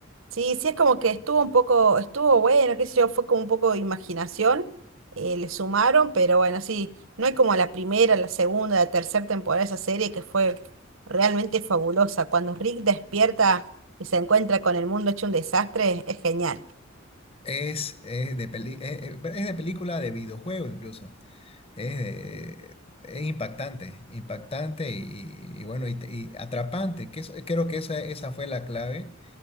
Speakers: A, on the right; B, on the left.
A: Sí, sí, es como que estuvo un poco, estuvo bueno, qué sé yo, fue como un poco de imaginación, eh, le sumaron, pero bueno, sí, no hay como la primera, la segunda, la tercera temporada de esa serie que fue realmente fabulosa. Cuando Rick despierta y se encuentra con el mundo hecho un desastre, es genial.
B: Es, es de peli- eh, eh, es de película, de videojuego incluso. Es, de- es impactante, impactante y, y- y bueno, y, te- y atrapante. Que eso- creo que esa, esa fue la clave